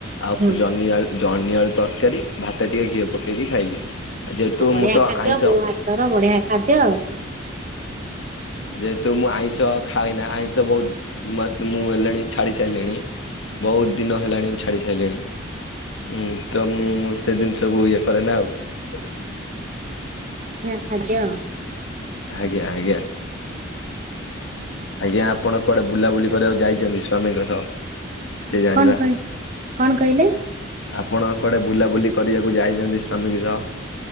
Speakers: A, on the left (about 70°); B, on the right (about 40°).
A: ଆଉ
B: ହୁଁ
A: ଜହନି ଆଳୁ ଜନ୍ନି ଆଳୁ ତରକାରୀ ଭାତ ଟିକେ ଘିଅ ପକେଇକି ଖାଇଲି। ଯେହେତୁ
B: ଆଉ ବଢିଆ
A: ମୁଁ ତ
B: ଖାଦ୍ୟ
A: ଆଇଁଷ
B: ବୋଉ ହାତର ବଢିଆ ଖାଦ୍ୟ ଆଉ
A: ଯେହେତୁ ମୁଁ ଆଇଁଷ ଖାଏନା ଆଇଁଷ ବହୁତ ମୁଁ ହେଲେଣି ଛାଡି ସାରିଲିଣି । ବହୁତ ଦିନ ହେଲାଣି ମୁ ଛାଡି ସାରିଲିଣି ଉ ତ ମୁଁ ସେ ଜିନିଷକୁୁ ଇଏ କରେ ନା ଆଉ ।
B: ଆଜ୍ଞା
A: ଆଜ୍ଞା ଆଜ୍ଞା ଆଜ୍ଞା ଆପଣ କୁଆଡେ ବୁଲାବୁଲି କରିବାକୁ ଯାଇଛନ୍ତି ସ୍ଵାମୀଙ୍କ ସହ ଟିକେ ଜାଣିବା।
B: କଣ କହ କଣ କହିଲେ ।
A: ଆପଣ କୁଆଡେ ବୁଲାବୁଲି କରିବାକୁ ଯାଇଛନ୍ତି ସ୍ଵାମୀଙ୍କ ସହ